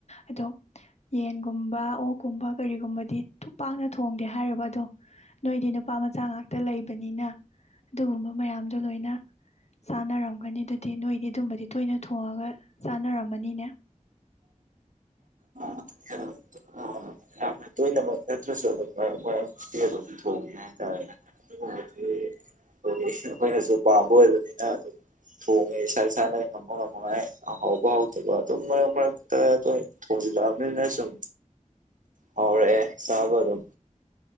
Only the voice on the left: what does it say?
ꯑꯗꯣ ꯌꯦꯟꯒꯨꯝꯕ ꯑꯣꯛ ꯀꯨꯝꯕ ꯀꯔꯤꯒꯨꯝꯕꯗꯤ ꯊꯨꯛ ꯄꯥꯛꯅ ꯊꯣꯡꯗꯦ ꯍꯥꯏꯔꯤꯕ ꯑꯗꯣ ꯅꯣꯏꯗꯤ ꯅꯨꯄꯥ ꯃꯆꯥ ꯉꯥꯛꯇ ꯂꯩꯕꯅꯤꯅ ꯑꯗꯨꯒꯨꯝꯕ ꯃꯌꯥꯝꯗꯣ ꯂꯣꯏꯅ ꯆꯥꯅꯔꯝꯒꯅꯤ ꯑꯗꯨꯗꯤ ꯅꯣꯏꯗꯤ ꯑꯗꯨꯝꯕꯗꯤ ꯇꯣꯏꯅ ꯊꯣꯡꯉꯒ ꯆꯥꯅꯔꯝꯃꯅꯤꯅꯦ?